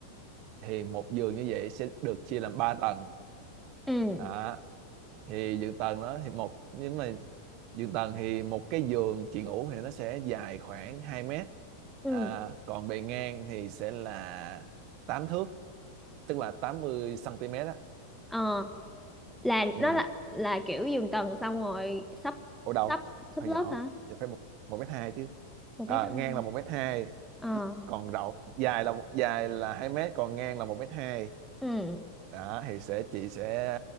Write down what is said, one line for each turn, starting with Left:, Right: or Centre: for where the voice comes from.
Right: thì một giường như vậy sẽ được chia làm 3 tầng
Centre: ừ
Right: Đó, thì giường tầng đó thì một nhưng mà giường tầng thì một cái giường chị ngủ thì nó sẽ dài khoảng hai mét
Centre: ừ
Right: à, còn bề ngang thì sẽ là 8 thước tức là 80 cm á
Centre: Ờ là
Right: ừ.
Centre: nó là là kiểu giường tầng xong rồi sắp
Right: ở đầu
Centre: sắp sắp
Right: hơi
Centre: lớp
Right: nhỏ
Centre: hả?
Right: giờ phải một một mét hai chứ
Centre: Một
Right: à,
Centre: mét hai.
Right: ngang là một mét hai
Centre: Ờ.
Right: ý- còn rộng dài là dài là hai mét còn ngang là một mét hai
Centre: ừ
Right: đó thì sẽ chị sẽ